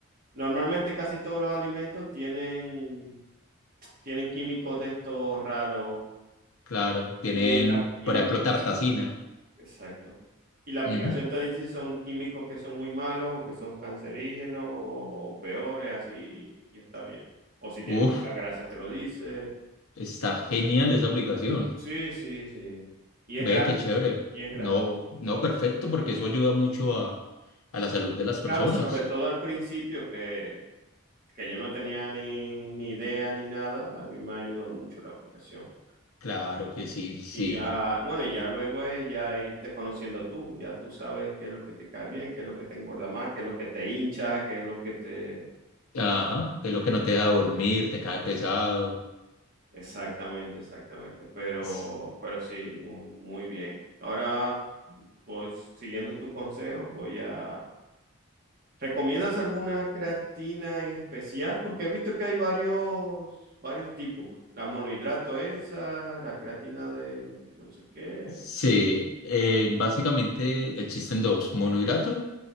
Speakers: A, on the right; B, on the left.
A: normalmente casi todos los alimentos tienen, tienen químicos de estos raros
B: Claro, tienen,
A: y la, y
B: por
A: la,
B: ejemplo,
A: apli-
B: Tartacina.
A: exacto. Y la aplicación
B: Ujú.
A: te dice si son químicos que son muy malos o que son cancerígenos o peores, así, y está bien. O si tiene
B: Uf,
A: mucha grasa, te lo dice.
B: está genial esa aplicación.
A: Sí, sí, sí. Y es
B: Ve,
A: gratis.
B: qué chévere.
A: Y es gratis.
B: No, no, perfecto, porque eso ayuda mucho a, a la salud de las personas.
A: Claro, sobre todo al principio que, que yo no tenía ni, ni idea ni nada, a mí me ayudó mucho la aplicación.
B: Claro que sí, sí.
A: Y ya, bueno, y ya luego es ya irte conociendo tú, ya tú sabes qué es lo que te cae bien, qué es lo que te engorda más, qué es lo que te hincha, qué es lo que te...
B: Ajá, que es lo que no te deja dormir, te cae pesado.
A: Exactamente, exactamente, pero,
B: S-
A: pero sí, muy, muy bien. Ahora, pues siguiendo tu consejo, voy a, ¿Recomiendas alguna creatina en especial? Porque he visto que hay varios, varios tipos. La monohidrato esa, la creatina de no sé qué,
B: Sí, eh, básicamente existen dos, monohidrato